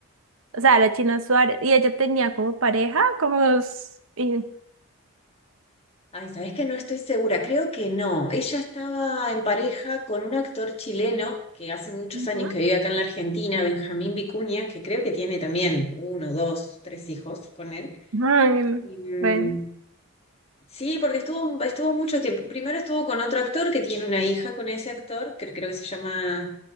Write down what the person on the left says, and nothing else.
Ay, sabes que no estoy segura, creo que no. Ella estaba en pareja con un actor chileno que hace muchos
años que vive acá en la Argentina, Benjamín Vicuña, que creo que tiene también uno, dos, tres hijos con él.
Y, mm,
sí, porque estuvo, estuvo mucho tiempo. Primero estuvo con otro actor que tiene una hija con ese actor, que creo que se llama